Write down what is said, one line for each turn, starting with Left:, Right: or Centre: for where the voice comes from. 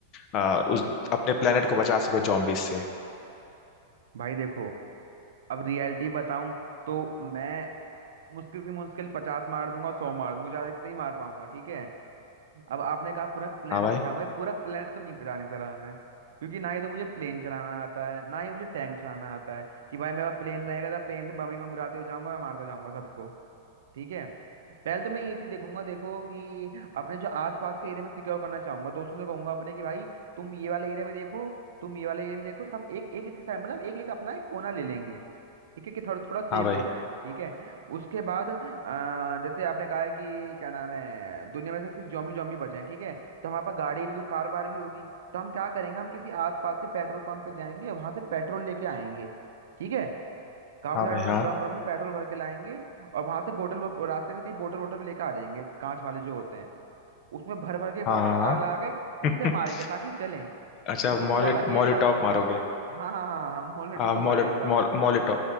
Left: अ, उस अपने प्लेनेट को बचा सको जॉम्बीज से
Right: भाई देखो अब रियलिटी बताऊं तो मैं मुश्किल से मुश्किल पचास मार दूंगा सौ मार दूंगा ज्यादा इतना ही मार पाऊंगा ठीक है अब आपने कहा पूरा प्लेनेट
Left: हाँ भाई
Right: बचा भाई पूरा प्लेनेट तो नहीं बचाने सरा हमें क्योंकि ना ही तो मुझे प्लेन चलाना आता है ना ही मुझे टैंक चलाना आता है कि भाई मेरा प्लेन रहेगा तो प्लेन से बम ही बम गिराते हुए जाऊंगा मैं मारता जाऊंगा सबको ठीक है पहले तो मैं ये चीज देखूंगा देखो कि अपने जो आसपास के एरिया में सिक्योर करना चाहूंगा दोस्तों से कहूंगा अपने कि भाई तुम ये वाले एरिया में देखो तुम ये वाले एरिया में देखो सब एक एक एक साइड मतलब एक एक अपना एक कोना ले लेंगे ठीक है कि थोड़ा थोड़ा सेफ
Left: हाँ भाई
Right: हो जाए ठीक है उसके बाद अ, जैसे आपने कहा है कि क्या नाम है दुनिया में से सिर्फ जॉम्बी जॉम्बी बचे हैं ठीक है तो हमारे पास गाड़ी भी कार वार भी होगी तो हम क्या करेंगे हम किसी आसपास के पेट्रोल पंप पे जाएंगे और वहां से पेट्रोल लेके आएंगे ठीक है काफी
Left: हाँ
Right: सारे
Left: भाई
Right: लोग
Left: हाँ
Right: ड्रम व्रम में पेट्रोल भर के लाएंगे और वहां से बोतल वो- रास्ते में कहीं बोतल वोटल भी लेकर आ जाएंगे कांच वाले जो होते हैं उसमें भर भर के
Left: हाँ
Right: बोतल आग
Left: हाँ
Right: लगा के
Left: हाँ।
Right: उन पे
Left: <laughs>
Right: मारेंगे ताकि वो चलें
Left: अच्छा
Right: बिल्कुल
Left: मॉले
Right: वो वाला गेम
Left: मॉले
Right: वाला
Left: टॉप
Right: सिस्टम
Left: मारोगे
Right: हाँ हाँ हाँ हाँ मोलेटो
Left: आ, मोले,
Right: वाला हिसाब
Left: मॉल मोलेटो